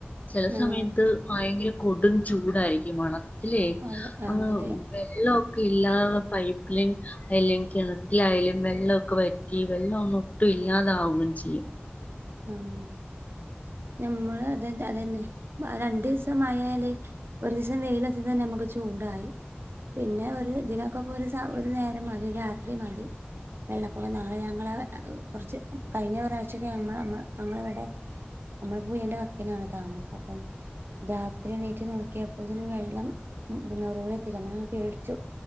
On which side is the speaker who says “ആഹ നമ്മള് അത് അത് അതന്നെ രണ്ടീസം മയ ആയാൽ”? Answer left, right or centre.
Right